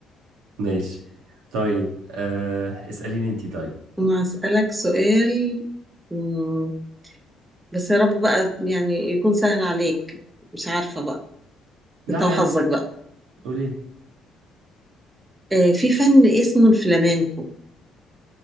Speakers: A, on the right (about 80°); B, on the right (about 20°).
A: ماشي طيب آه، اسأليني أنت طيب
B: <laughs> أنا أسألك سؤال مم، بس يا رب بقى يعني يكون سهل عليك مش عارفة بقى
A: لا
B: أنت
A: عادي
B: وحظك بقى
A: قولي لي
B: آه، في فن اسمه الفلامينكو